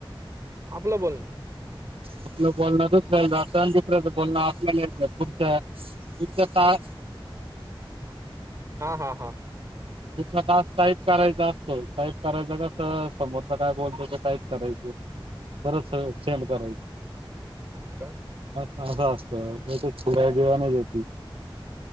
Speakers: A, on the right; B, on the right.
A: आपलं बोलणं
B: आपलं बोलण दुसर दुसर बोलं आपल्या अच ना
A: हा हा हा
B: तुठला तास टाईप करायचा असतो टाईप करायचा कसं समोरला काय बोलतो त टाईप करायच बर सेंड करायचं
A: हा का
B: असं असत त्याच्या ड्या जेवाने ये